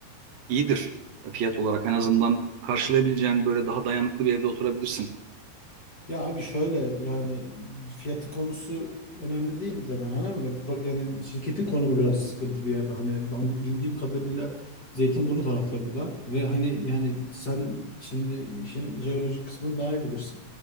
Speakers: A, on the right; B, on the left.
A: iyidir fiyat olarak en azından karşılayabileceğin böyle daha dayanıklı bir evde oturabilirsin.
B: Ya abi şöyle yani fiyatı konusu önemli değil zaten hani ama pro- yani şirketin konumu biraz sıkıntı bir yerde hani ben bildiğim kadarıyla Zeytinburnu taraflarında ve hani yani sen şimdi işin jeolojik kısmını daha iyi bilirsin.